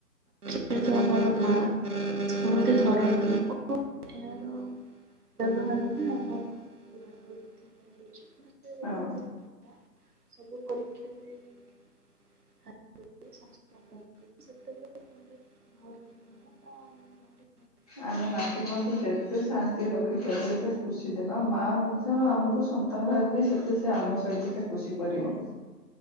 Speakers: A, on the right (about 65°); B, on the left (about 25°).
A: ଯେହେତୁ ଆମର ମା କୁହନ୍ତି ଧରଣୀ। <unintelligible> ଏହାର ବ୍ୟବହାର ଆମର ପଣାଉଛି <unintelligible>
B: ହଁ।
A: ସବୁ ପରୀକ୍ଷା ଦେଇବେଳେହଁ। <unintelligible>
B: ଆମେ ମାଟିମା ଯେତେ ଶାନ୍ତି ରଖିପିବ ଏତେ ଖୁସି ଦେବା ମାଆ ମଧ୍ୟ ଆମକୁ ସନ୍ତାନ ଭା ବି ସେତେ ସେ ଆମ ସହିତ ସେ ଖୁସି କରିବ।